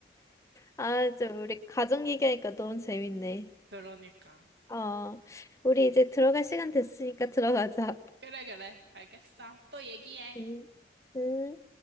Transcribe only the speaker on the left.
아, 좀 우리 가족 얘기하니까 너무 재밌네.
어, 우리 이제 들어갈 시간 됐으니까 들어가자.
음, 음.